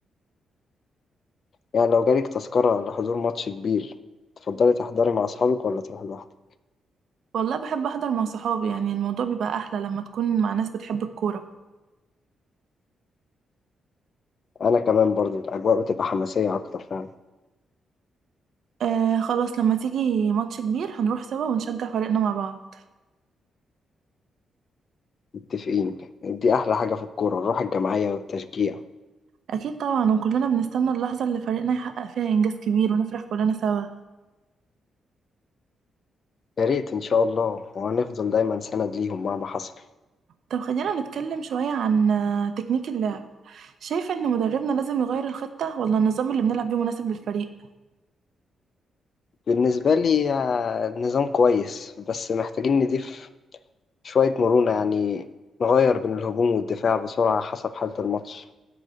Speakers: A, on the left; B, on the right.
A: يعني لو جالك تذكرة لحضور ماتش كبير تفضلي تحضري مع اصحابك ولا تروحي لوحدك
B: والله بحب أحضر مع صحابي يعني الموضوع بيبقى أحلى لما تكون مع ناس بتحب الكورة
A: انا كمان برضو الاجواء بتبقى حماسية اكتر فعلا
B: آه خلاص لما تيجي ماتش كبير هنروح سوا ونشجع فريقنا مع بعض
A: متفقين دي أحلى حاجة في الكورة الروح الجماعية والتشجيع
B: أكيد طبعا وكلنا بنستنى اللحظة اللي فريقنا يحقق فيها إنجاز كبير ونفرح كلنا سوا
A: يا ريت إن شاء الله وهنفضل دايما سند ليهم مهما حصل
B: طب خلينا نتكلم شوية عن آه، تكنيك اللعب شايفة إن مدربنا لازم يغير الخطة ولا النظام اللي بنلعب بيه مناسب للفريق
A: بالنسبة لي آه، النظام كويس بس محتاجين نضيف شوية مرونة يعني نغير بين الهجوم والدفاع بسرعة حسب حالة الماتش